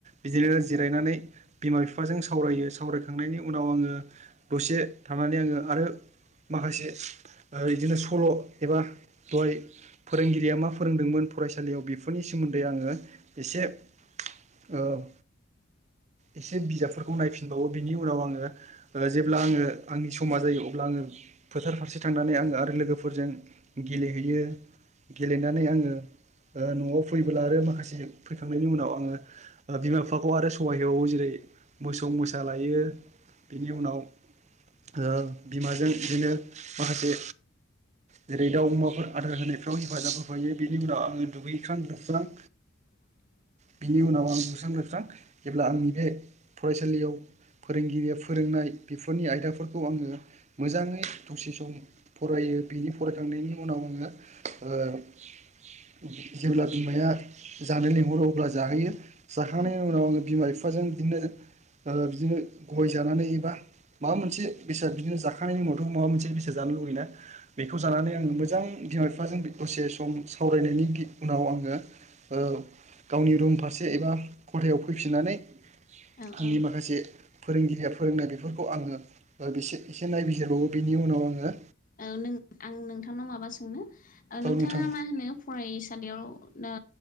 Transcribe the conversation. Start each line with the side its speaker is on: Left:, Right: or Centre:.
Right: बिदिनो जिरायनानै बिमा बिफाजों सावरायो। सावरायखांनायनि उनाव आङो दसे थानानै आङो आरो माखासे ओ इदिनो सल' एबा दहाय फोरोंगिरिया मा फोरोंदोंमोन फरायसालियाव बेफोरनि सोमोन्दै आङो एसे औ
Left: <inaudible>
Right: एसे बिजाबफोरखौ नायफिनबावो बिनि उनाव आङो जेब्ला आङो आंनि समा जायो अब्ला आङो फोथार फारसे थांनानै आङो आरो लोगोफोरजों गेलेहैयो । गेलेनानै आङो ओ न'आव फैबोला आरो माखासे फैखांनायनि उनाव आङो बिमा बिफाखौ आरो सहाइ होबावो जेरै मोसौ मोसा लायो। बिनि उनाव ओ बिमाजों बिदिनो माखासे जेरै दाउ, अमाफोर आदार होनायफ्राव हेफाजाब होफायो बेनि उनाव आङो दुगैखां लोबस्रां ।
Left: <inaudible>
Right: बिनि उनाव आं दुगैस्रां-लोबस्रां जेब्ला आंनि बे फरायसालियाव फोरोंगिरिया फोरोंनाय बेफोरनि आयदाफोरखौ आङो मोजाङै दसे सम फरायो बिनि फरायखांनायनि उनाव आङो ओ जेब्ला बिमाया जानो लेंहरो अब्ला जाहोयो जाखांनायनि
Left: औ औ
Right: उनाव आङो बिमा बिफाजों बिदिनो ओ बिदिनो गय जानानै एबा माबा मोनसे बेसाद बिदिनो जाखांनायनि उनावथ' माबा मोनसे बेसाद जानो लुुबैना बेखौ जानानै आं मोजां बिमा-बिफाजों दसे सम सावरायनायनि उनाव आङो ओं गावनि रुम फारसे एबा खथायाव फैफिननानै आंनि
Left: औ औ
Right: माखासे फोरोंगिरिया फोरोंनाय बेफोरखौ आङो बेसे एसे नायबिजिरबावो बिनि उनाव आङो
Left: ओ आं नोंथांनाव माबा सोंनो नोंथाङा
Right: औ नोंथां
Left: मा होनो फरायसालियाव ना